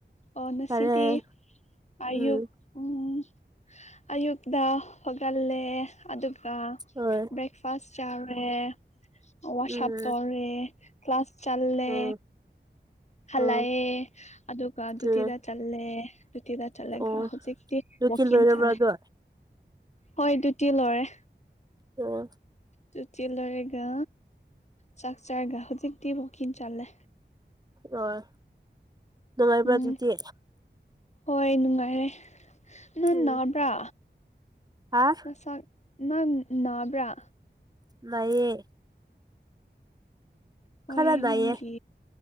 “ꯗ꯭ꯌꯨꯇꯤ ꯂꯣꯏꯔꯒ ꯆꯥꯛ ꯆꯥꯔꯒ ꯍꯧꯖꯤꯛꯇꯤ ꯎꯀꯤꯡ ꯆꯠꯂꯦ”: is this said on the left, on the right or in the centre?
Left